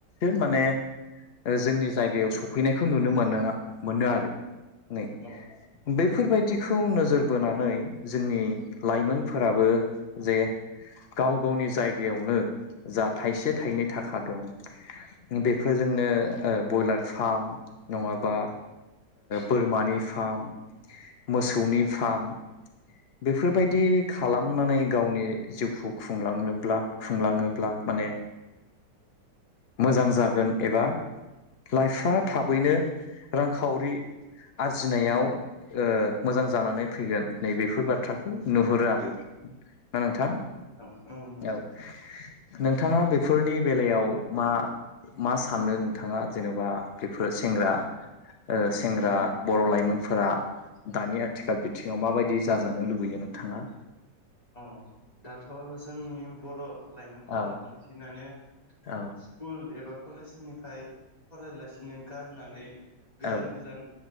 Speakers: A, on the left (about 75°); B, on the left (about 20°).
A: माने जोंनि जायगायाव सफैनायखौ नुनो मोन मोनो आरो नै
B: औ
A: बे- फोरबायदिखौ नोजोर बोनानै जोंनि लाइमोनफोराबो जे गाव गावनि जायगायावनो जा थाइसे थाइनै थाखा दं बेफोर बे जोंनो ब्रयलार फार्म नङाबा बोरमानि फार्म मोसौनि फार्म बेफोरबायदि खालामनानै गावनि जिउखौ खुंलांनोब्ला खुंलाङोब्ला माने मोजां जागोन एबा लाइफआ थाबैनो रांखावरि आरजिनायाव ओ मोजां जानानै फैगोन नैबेफोर बाथ्राखौ नुहुरो आरो ना नोंथां
B: औ नंगौ नोंथां नंगौ
A: औ नोंथाङा बे फोरनि बेलायाव मा मा साननो नोंथाङा जेन'बा बेफोर सेंग्रा ओ सेंग्रा
B: औ
A: बर' लाइमोन- फोरा दानि आथिखाल बिथिङाव माबायदि जाजानो लुबैयो नोंथाङा।
B: औ दाथ' जोंनि बर' लाइमोनफोरा
A: औ
B: बांसिनानो
A: औ
B: स्कुल एबा कलेजनिफ्राय फरायालासिनो गारनानै गोजान
A: औ
B: गोजान